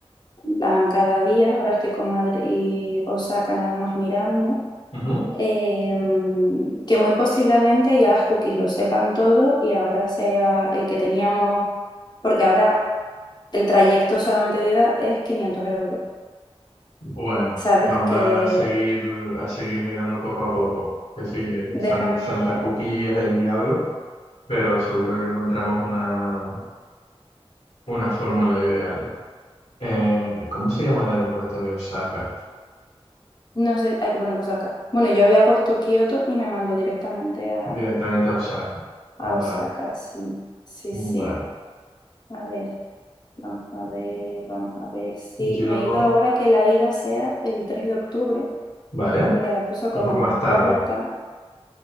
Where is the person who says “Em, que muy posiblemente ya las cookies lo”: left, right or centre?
Left